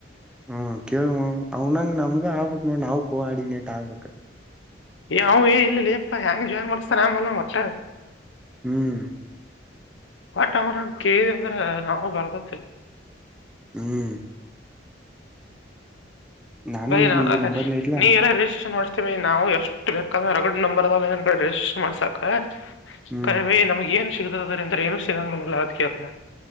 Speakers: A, in the centre; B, on the left.
A: ಹ್ಮ್ ಕೇಳುವ ಅವನಂಗ್ ನಮ್ಗ ಆಗ್ಬಕ್ ನೋಡ್ ನಾವ ಕೋಆರ್ಡಿನೇಟ್ ಆಗ್ಬಕ್
B: ಏ ಅವ ಏ ಇಲ್ಲಿಪ್ಪ ಹೆಂಗ ಜಾಯನ್ ಮಾಡಸ್ತಾರೆ ಮಲುಮು ಹೊಚ್ಚರ
A: ಹ್ಮ್
B: ಬಟ್ ಅವನ ಕೇಳಿದೆ ಅಂದ್ರ ನಾವು ಬರ್ಬೆಕ್
A: ಹ್ಮ್ ನಾನು
B: ಬಯ
A: ಈಗ ಈ ನಂಬರ್ಲ ಇಟ್ಲಾ
B: ನೀ ರ ಎಲ್ಲ ರಿಜಿಸ್ಟ್ರೇಷನ್ ಮಾಡ ನಾವು ಎಷ್ಟು ಬೇಕಾದ್ರೆ ರಗಡ್ ನಂಬರ್ ಅದವು ಏನರ ರಿಜಿಸ್ಟರ್ ಮಾಡ್ಸಕ
A: ಹ್ಮ್
B: ಕರೆವೆ ನಮಗ ಎನ್ ಸಿಗ್ತದ ಅದ್ರ ಏನು ಸಿಗಂಗಿಲ್ಲ ಅಂತ ಕೇಳ್ತೀನಿ ನಾ